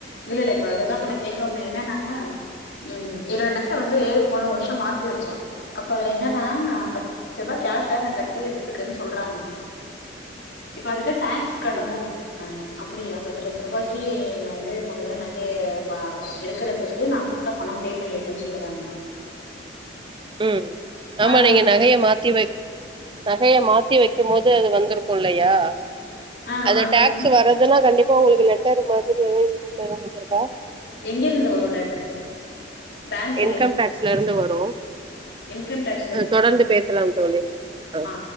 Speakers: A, on the left; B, on the right.
A: இல்ல இல்ல இப்போ அததா இப்ப நா கேக்க வந்த என்னனா ம் என்னோட நக வந்து போன வருஷோ மாத்தி வச்ச அப்ப அவரு என்னன்னா பத்து லட்ச ரூபா கேஷா நா கட்டி எடுத்துக்கன்னு சொல்றாங்க இப்ப அதுக்கு சாக்ஸ் கட்டணு
B: ம்
A: <inaudible> ங்க அப்டியா பத்து லட்ச ருபாய்க்கு நா வந்து போனதட நகைய பா எடுக்கறதுக்கு நா கூட பணோ பே பண்ணியிருக்கேன்னு சொல்றாங்க
B: ம் ஆமா
A: அது
B: நீங்க நகைய மாத் த்தி வைக் நகைய மாத்தி வைக்கு போது அது வந்துருக்கு இல்லையா
A: ஆ
B: அந்த
A: அது
B: டாக்ஸ்
A: வந்து
B: வர்றதுன்னா கண்டிப்பா உங்களுக்கு லெட்டர் மாதிரி எதோ இ மெயில் எதோ வந்துருக் கு
A: எங்க இருந்து வரு லெட்ரு பேங்க்
B: இன்கம் டேக்ஸ்ல இருந்து வரு
A: இன்கம்டேக்ஸ்
B: அ தொடர்ந்து பேசலாம் தோழி அ
A: ஆ